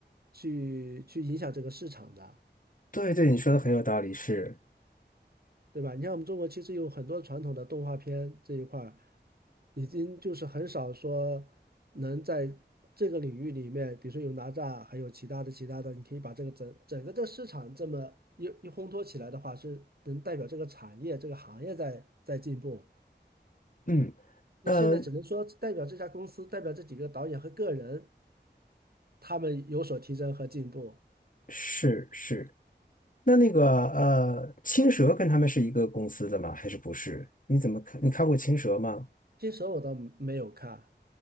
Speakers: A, on the right; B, on the left.
A: 去去影响这个市场的。
B: 对对，你说的很有道理，是。
A: 对吧？你看我们中国其实有很多传统的动画片这一块儿，已经就是很少说能在这个领域里面，比如说有哪吒，还有其他的其他的，你可以把这个整整个这市场这么一一烘托起来的话，是能代表这个产业这个行业在在进步。
B: 嗯。
A: 那现在只能说代表这家公司，
B: 呃，
A: 代表这几个导演和个人，他们有所提升和进步。
B: 是是，那那个呃，青蛇跟他们是一个公司的吗？还是不是？你怎么看？你看过青蛇吗？
A: 新手我倒没有看。